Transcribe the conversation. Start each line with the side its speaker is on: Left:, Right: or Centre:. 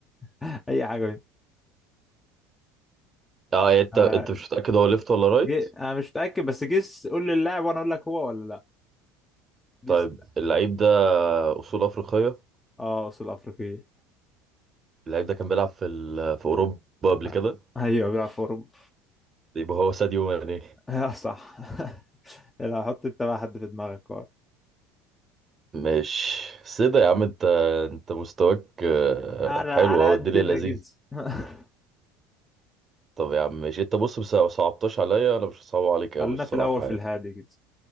Left: <laughs> أي حاجه منهم.
Right: اه يعني انت
Left: آه
Right: انت مش متأكد هو ليفت ولا رايت
Left: جي... انا مش متاكد بس جيس قول لي اللاعب وانا اقول لك هو ولا لا جيس
Right: طيب
Left: لا.
Right: اللعيب ده أصول أفريقية
Left: اه اصول افريقيه
Right: اللعيب ده كان بيلعب في ال... في أوروبا قبل
Left: آه،
Right: كده
Left: ايوه بيلعب في اوروبا
Right: يبقى هو ساديو ماني
Left: آه صح <laughs> لا حط انت بقى حد في دماغك آه.
Right: ماشي سيدة يا عم انت انت مستواك آه،
Left: على
Right: حلو
Left: على
Right: اهو
Left: قدنا
Right: الدنيا لذيذ
Left: كده <laughs>
Right: طب يا عم ماشي انت بص بس لو صعبتش عليا انا مش هصعب عليك قوي
Left: خلينا
Right: الصراحة
Left: في الأول في
Right: يعني
Left: الهادي كده